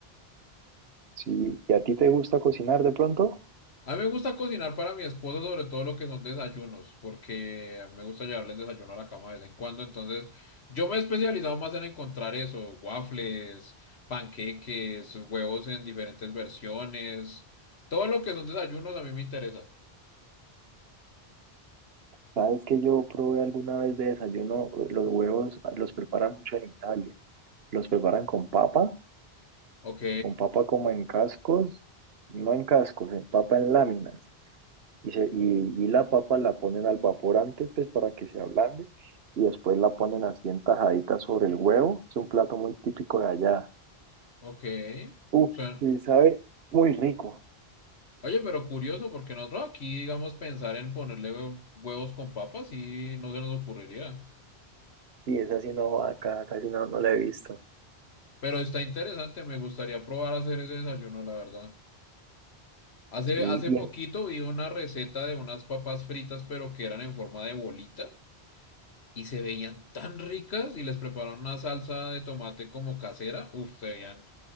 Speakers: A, on the right; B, on the left.
A: Sí, ¿y a ti te gusta cocinar de pronto?
B: A mí me gusta cocinar para mi esposa, sobre todo lo que son desayunos, porque me gusta llevarle el desayuno a la cama de vez en cuando. Entonces, yo me he especializado más en encontrar eso, waffles, panqueques, huevos en diferentes versiones. Todo lo que son desayunos a mí me interesa.
A: Sabes que yo probé alguna vez de desayuno, los huevos los preparan mucho en Italia. Los preparan con papa
B: Ok,
A: con papa como en cascos, no en cascos, en papa en láminas. Y, se- y, y la papa la ponen al vapor antes, pues para que se ablande, y después la ponen así en tajaditas sobre el huevo. Es un plato muy típico de allá.
B: ok.
A: Uf,
B: Suena.
A: y sabe muy rico.
B: Oye, pero curioso, porque nosotros aquí, digamos, pensar en ponerle hue- huevos con papas y no se nos ocurriría.
A: Sí, esa sí no, va acá casi no, no la he visto.
B: Pero está interesante, me gustaría probar a hacer ese desayuno, la verdad. Hace,
A: Sí,
B: hace
A: y
B: poquito
A: en-
B: vi una receta de unas papas fritas, pero que eran en forma de bolita y se veían tan ricas y les prepararon una salsa de tomate como casera. Uf, se veían